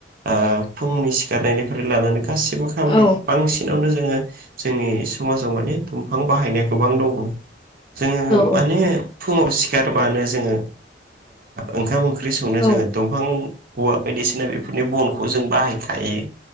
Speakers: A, on the right; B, on the left.
A: ओ फुंनि सिखारनायनिफ्राय लानानै गासिब बो खामानियाव
B: औ
A: बांसिनावनो जोङो जोंनि समाजाव माने दंफां बाहायनाय गोबां दङ जोङो
B: औ औ
A: माने फुङाव सिखारबानो जोङो ओंखाम ओ ओंख्रि संनो
B: औ औ
A: जोङो दंफां औवा बायदिसिना बेफोरनि बनखौ जों बाहायखायो